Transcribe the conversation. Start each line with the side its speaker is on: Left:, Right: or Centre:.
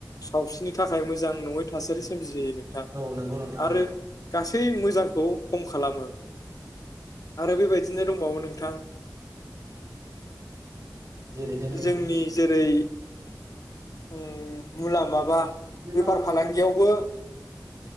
Left: सावस्रिनि थाखाय मोजां नङै थासारि सोमजिहोयो नोंथां
Right: औ नंगौ नोंथां
Left: आरो
Right: नंगौ।
Left: गासै मोजांखौ खम खालामो आरो बेबायदिनो दंबावो नोंथां।
Right: जेरै हाय नोंथां
Left: जोंनि जेरै उम, मुला माबा
Right: <unintelligible>
Left: बेफार फालांगियावबो